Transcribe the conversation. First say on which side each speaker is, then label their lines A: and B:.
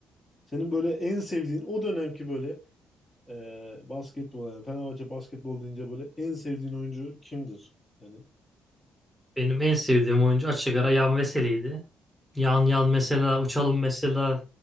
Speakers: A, on the left; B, in the centre.
A: Senin böyle en sevdiğin o dönemki böyle e, basketbol yani Fenerbahçe basketbol deyince böyle en sevdiğin oyuncu kimdir? Yani
B: Benim en sevdiğim oyuncu açık ara Yan Veseli'ydi. Yan Yan mesela Uçalım mesela